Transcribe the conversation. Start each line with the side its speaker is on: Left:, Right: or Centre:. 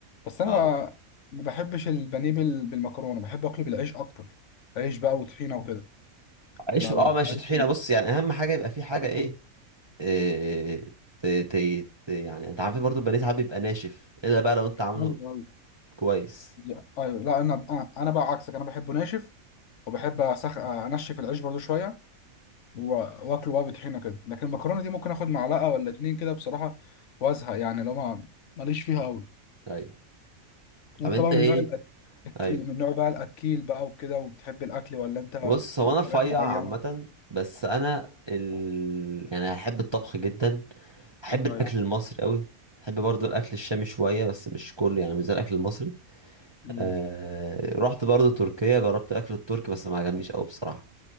Left: بس انا
Right: اه
Left: ما ما بحبش البانيه بال- بالمكرونه بحب اكله بالعيش اكتر عيش بقى وطحينه وكده
Right: عيش
Left: ما
Right: اه
Left: ب-
Right: ماشي
Left: ماليش
Right: طحينه
Left: في ال-
Right: بص يعني اهم حاجه يبقى في حاجه ايه, إيه ت... ت... ت... يعني انت عارف برضو البانيه ساعات بيبقى ناشف الا بقى لو انت عامله
Left: ايوه
Right: كويس
Left: أيوة. ايوه لا انا انا أنا بقى عكسك انا بحبه ناشف وبحب أسخ... انشف العيش برضو شويه و- واكله بقى بطحينه كده لكن المكرونه دي ممكن اخد معلقه ولا اتنين كده بصراحه وازهق يعني لو ما ماليش فيها قوي
Right: ايوه طب
Left: انت
Right: انت
Left: بقى
Right: ايه
Left: من نوع الأك...
Right: ايوه
Left: اللي من نوع بقى الاكيل بقى وكده وبتحب الاكل ولا انت
Right: بص هو انا رفيع
Left: حاجات معينه
Right: عامه بس انا ال... يعني احب الطبخ جدا احب الاكل
Left: ايوه
Right: المصري قوي احب برضو الاكل الشامي شويه بس مش كله يعني مش زي الاكل المصري
Left: مم.
Right: آه، رحت برضو تركيا جربت الاكل التركي بس ما عجبنيش قوي بصراحه